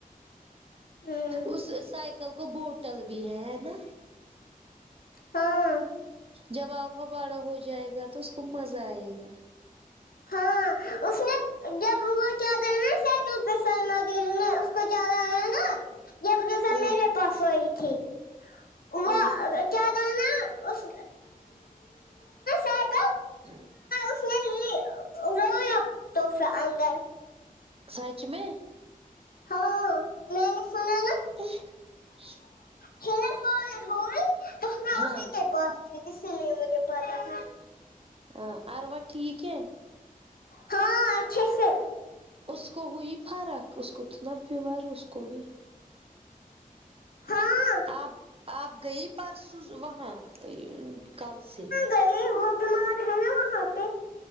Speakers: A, on the left; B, on the right.
A: ہوں
B: اس سائیکل کو بوٹل بھی ہے ہے نا
A: ہاں
B: جب آپکا باڑا ہو جائے گا تو اس کو مزہ آئے گا
A: ہاں اس نے جب وہ کیا د تو وہ دل میں اس کو چیا ہے نا ج <unintelligible>
B: ہمم
A: پسئی کی وہ
B: ہاں
A: چار لانا <unintelligible> اس ساتی
B: ہ
A: اسمیں نہیں روب توفدر
B: سچ میں
A: ہاں میں نے سنا
B: اھ ہ
A: تیرا سال ہوے تو ہمارا
B: ہاں
A: پاس اسی لیے مجھے پتاہ تھا
B: ہاں اروا ٹھیک ہے
A: ہاں اچھا سے
B: اس کو ہوئی فرق اس کو تو اتنا فیور ہے اس کو بھی
A: ہاں
B: آپ آپ گئی پرسوں وہاں کل سے
A: نہیں وہ بیمار ہے نا وہاں پہ